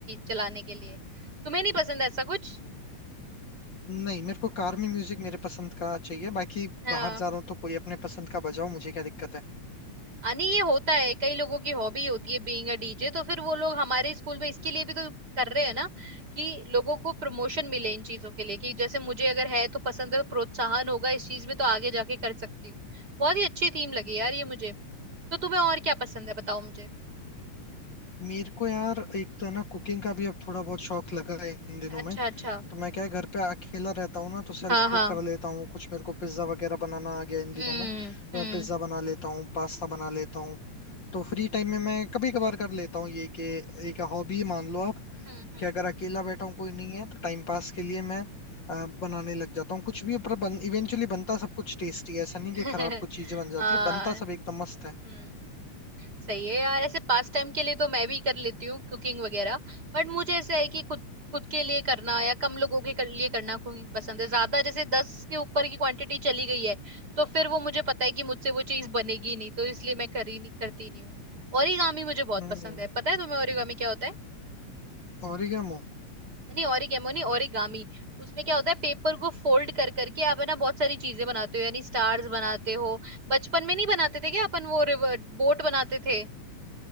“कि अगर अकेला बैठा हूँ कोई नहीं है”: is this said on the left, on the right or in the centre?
Left